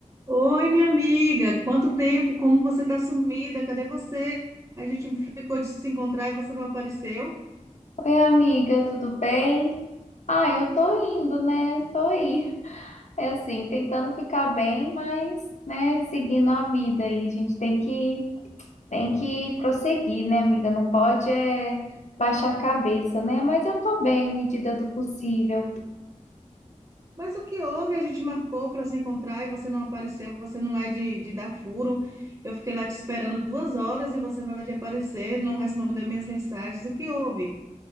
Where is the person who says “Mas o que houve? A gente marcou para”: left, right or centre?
Right